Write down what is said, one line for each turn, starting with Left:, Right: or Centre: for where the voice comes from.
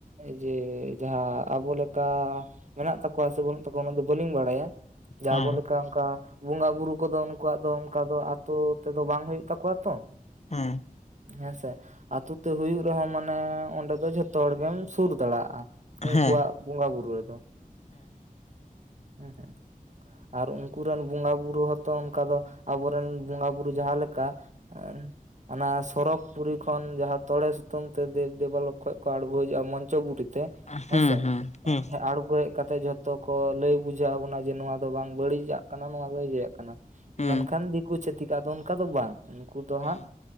Right: ᱡᱮ ᱡᱟᱦᱟᱸ ᱟᱵᱚ ᱞᱮᱠᱟ ᱢᱮᱱᱟᱜ ᱛᱟᱠᱚᱣᱟ ᱥᱮ ᱵᱟᱹᱱᱩᱜ ᱛᱟᱠᱚᱣᱟ ᱚᱱᱟ ᱫᱚ ᱵᱟᱹᱞᱤᱧ ᱵᱟᱲᱟᱭᱟ? ᱡᱟ
Left: ᱦᱮᱸ
Right: ᱟᱵᱚ ᱞᱮᱠᱟ ᱚᱱᱠᱟ᱾ ᱵᱚᱸᱜᱟ ᱵᱩᱨᱩ ᱠᱚᱫᱚ ᱩᱱᱠᱩᱣᱟᱜ ᱫᱚ ᱚᱱᱠᱟ ᱫᱚ ᱟᱛᱳ ᱛᱮᱫᱚ ᱵᱟᱝ ᱦᱩᱭᱩᱜ ᱛᱟᱠᱚᱣᱟ ᱛᱚ,
Left: ᱦᱮᱸᱻ
Right: ᱦᱮᱸᱥᱮ ᱟᱛᱳ ᱛᱮ ᱦᱩᱭᱩᱜ ᱨᱮᱦᱚᱸ ᱢᱟᱱᱮ ᱚᱸᱰᱮ ᱫᱚ ᱡᱷᱚᱛᱚ ᱦᱚᱲ ᱜᱮᱢ ᱥᱩᱨ ᱫᱟᱲᱮᱭᱟᱜᱼᱟ᱾ ᱩᱱᱠᱩᱣᱟᱜ
Left: ᱦᱮᱸ
Right: ᱵᱚᱸᱜᱟ ᱵᱩᱨᱩ ᱨᱮᱫᱚ ᱦᱮᱸ ᱦᱮᱸ ᱟᱨ ᱩᱱᱠᱳ ᱨᱮᱱ ᱵᱚᱸᱜᱟ ᱵᱩᱨᱩ ᱦᱚᱸᱛᱚ ᱚᱱᱠᱟ ᱫᱚ ᱟᱵᱚᱨᱮᱱ ᱵᱚᱸᱜᱟ ᱵᱩᱨᱩ ᱡᱟᱦᱟᱸᱮ ᱞᱮᱠᱟᱼᱼ ᱟᱨᱼᱼ ᱚᱱᱟ ᱥᱚᱨᱚᱠ ᱯᱩᱨᱤ ᱠᱷᱚᱱ ᱡᱟᱦᱟᱸ ᱛᱚᱲᱮ ᱥᱩᱛᱟᱹᱢ ᱛᱮ ᱫᱮᱵ ᱫᱮᱵᱟᱞᱚᱠ ᱠᱷᱚᱡ ᱠᱚ ᱟᱬᱜᱳ ᱦᱤᱡᱼᱟ ᱢᱚᱸᱡᱽᱼᱼ ᱪᱷᱚᱠ ᱜᱩᱴᱤᱛᱮ
Left: ᱦᱮᱸ
Right: ᱦᱮᱸᱥᱮ
Left: ᱦᱩᱸ ᱦᱩᱸ
Right: ᱟᱬᱜᱚ ᱦᱮᱡ ᱠᱟᱛᱮ ᱡᱷᱚᱛᱚ ᱠᱚ ᱞᱟᱹᱭ ᱵᱩᱡᱷᱟᱹᱣ ᱟᱵᱚᱱᱟ᱾ ᱡᱮ ᱱᱚᱣᱟ ᱫᱚ ᱵᱟᱝ ᱵᱟᱹᱲᱤᱡᱟᱜ ᱠᱟᱱᱟ ᱱᱚᱣᱟ ᱫᱚ ᱡᱮᱭᱟᱜ ᱠᱟᱱᱟ,
Left: ᱦᱩᱸ
Right: ᱢᱮᱱᱠᱷᱟᱱ ᱫᱤᱠᱩ ᱪᱷᱟᱹᱛᱤᱠᱟᱜ ᱫᱚ ᱚᱱᱠᱟ ᱫᱚ ᱵᱟᱝ᱾ ᱱᱩᱠᱩ ᱫᱚ
Left: ᱦᱩᱸ
Right: ᱦᱟᱸᱜ